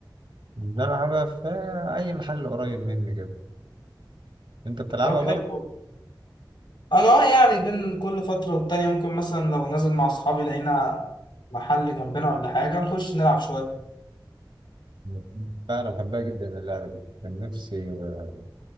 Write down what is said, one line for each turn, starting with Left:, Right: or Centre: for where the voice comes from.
Right: بلعبها في أي محل قريب مني كده أنت بتلعبها
Left: طب حلو
Right: برضه؟
Left: انا اه يعني بين كل فترة والتانية ممكن مثلا لو نازل مع اصحابي لقينا محل جنبنا ولا حاجة نخش نلعب شوية
Right: لا أنا بحبها جدا اللعبة دي كان نفسي آه،